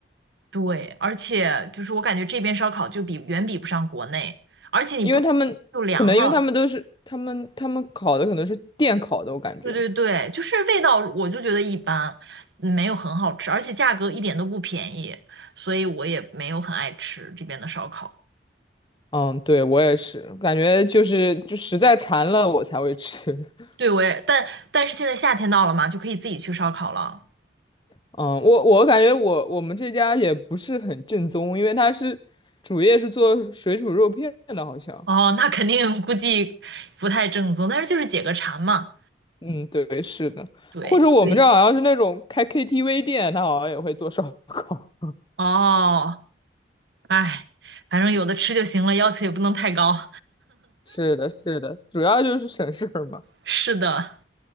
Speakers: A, on the right (about 65°); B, on the left (about 25°).
A: 对，而且就是我感觉这边烧烤就比远比不上国内，而且你不吃就凉了。
B: 因为他们可能因为他们都是他们他们烤的可能是电烤的，我感觉。
A: 对对对，就是味道我就觉得一般，嗯没有很好吃，而且价格一点都不便宜，所以我也没有很爱吃这边的烧烤。
B: 嗯，对，我也是，感觉就是就实在馋了我才会吃。<laughs>
A: 对，我也，但但是现在夏天到了嘛，就可以自己去烧烤了。
B: 嗯，我我感觉我我们这家也不是很正宗，因为他是主业是做水煮肉片的，好像。
A: 哦，那肯定估计不太正宗，但是就是解个馋嘛。
B: 嗯，对，是的。
A: 对，
B: 或者我们这儿好像是那种开
A: 对，
B: KTV 店，他好像也会做烧烤。
A: 哦，哎，反正有的吃就行了，要求也不能太高。
B: <laughs> 是的，是的，主要就是省事儿嘛。
A: 是的，